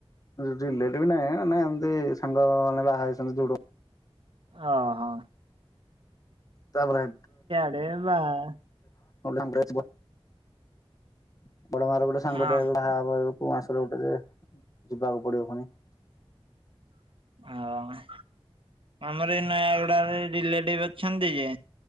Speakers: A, on the left (about 35°); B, on the right (about 60°).
A: ରିଲେଟିଭ୍ ନାହିଁ ମାନେ ଏମତି ସାଙ୍ଗ ମାନେ ବାହା ହେଇଚନ୍ତି ଯଉ
B: ଓ ହୋ।
A: ତାପରେ
B: <unintelligible>
A: <unintelligible> ପୁଣି ଆସିଲେ ଗୋଟେ
B: ହଁ
A: ଯେ- ଯିବାକୁ ପଡିବ ପୁଣି।
B: ହଁ। ଆମର ଏଇ ନୟାଗୁଡାରେ ରିଲେଟିଭ୍ ଅଛନ୍ତି ଯେ।